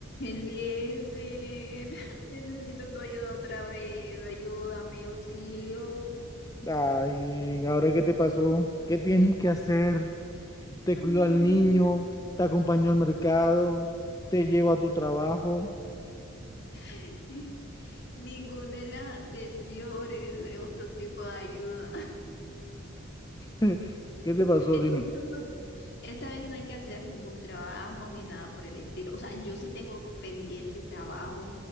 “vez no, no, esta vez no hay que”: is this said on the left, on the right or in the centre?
Left